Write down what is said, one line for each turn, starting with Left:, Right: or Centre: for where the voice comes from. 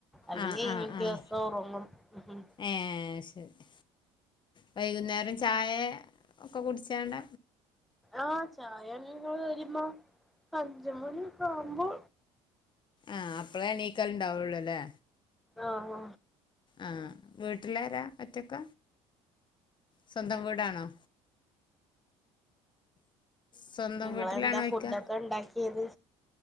Centre: അല്ലെങ്ങി
Left: ആഹ്
Centre: ഇങ്ങ
Left: ആഹ് ആഹ്
Centre: ദിവസം ഒറങ്ങും ഉം ഉം
Left: ഏഹ് ശരി വൈകുന്നേരം ചായ ഒക്കെ കുടിച്ചാണ്ട
Centre: ആഹ് ചായ ഇണ്ങ്ങൾ വരുമ്പോ അഞ്ചു മണിയെക്കെ ആവുമ്പോ
Left: ആ അപ്പളേണീക്കലുണ്ടാവുള്ളൂ അല്ലേ
Centre: ആഹ്
Left: ആ വീട്ടിലാര ഒറ്റക്ക സ്വന്തം വീടാണോ സ്വന്തം
Centre: നിങ്ങളെന്താ
Left: വീട്ടിലാണോയ്ക്കാ
Centre: ഫുഡൊക്കെ ഉണ്ടാക്കിയത്